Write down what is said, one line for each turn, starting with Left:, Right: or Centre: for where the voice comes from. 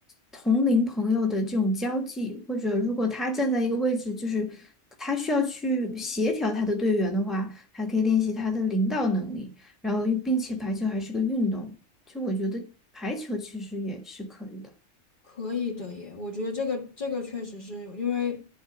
Centre: 同龄朋友的这种交际，或者如果他站在一个位置，就是他需要去协调他的队员的话，还可以练习他的领导能力，然后并且排球还是个运动，就我觉得排球其实也是可以的。
Left: 可以的耶，我觉得这个这个确实是因为